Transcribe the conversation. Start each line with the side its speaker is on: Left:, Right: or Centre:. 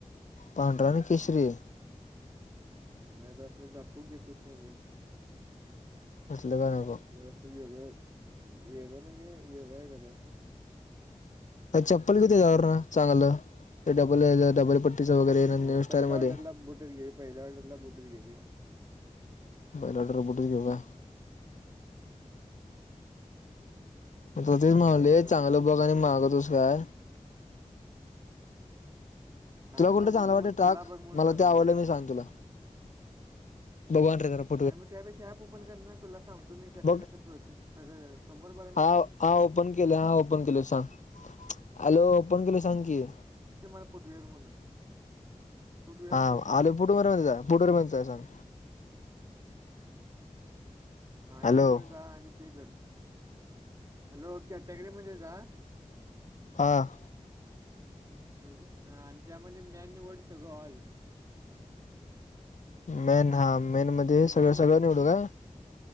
Left: पांड्रा ना केशरी.
Right: नाही त असलं झापू घेतोस काय बघ.
Left: अससलं काण.
Right: तरर असं वेगळं वेगळं म्हणजे वेगळं आहे जर असं.
Left: चप्पल किती त्यावर ना चांगलं ते डबल डबल.. पट्टीचं
Right: चप्पल
Left: वगैरे
Right: कशा
Left: न्यू स्टाईलमध्ये
Right: पहिल्या ऑर्डरला बुटच गेले पहिल्या ऑर्डरला बुटच गेलेे..
Left: बयलाडर र बोटर घ हो का..
Right: हम्म,
Left: तेच म्हगले
Right: पहिल्या ऑर्डरला
Left: चांगलं
Right: बुटच घेतला
Left: बघा आणि
Right: फोटो
Left: महागं
Right: बघ
Left: तुस काय.
Right: चांगलं
Left: तुला कोणत
Right: बघ
Left: च अनव
Right: म्हणून
Left: वाटते टाक
Right: तुला बघ म्हणून
Left: मला
Right: सांगाले
Left: ते आवडलं
Right: रे
Left: मी सांग तुला.. भगवान र.
Right: अर मग त्यापेशी ऍप ओपन करणार ना तुला सांग तुम्ही कसं
Left: बघ
Right: कसं प्रोसेस सगळं समोर बघाणार.
Left: हा हा ओपन केलं हा ओपन केलं सांग हॅलो ओपन केलं सांग की..
Right: मला फुटवेअर म्हणून. फुटवेअर
Left: हा
Right: सर्च मार
Left: आले पुटुबमध्येध्येच आहे पुुटुमध्येच आहे सांग..
Right: हा
Left: हॅलो
Right: म जा आणि ते कर हॅलो कॅटेगरी मध्ये जा
Left: हां.
Right: म्हणजे आणि त्यामध्ये मॅन वड सगळं ऑल.
Left: मेन हा मेन मध्ये
Right: तिथे
Left: सगळं
Right: मॅनला
Left: सगळं निवडू का.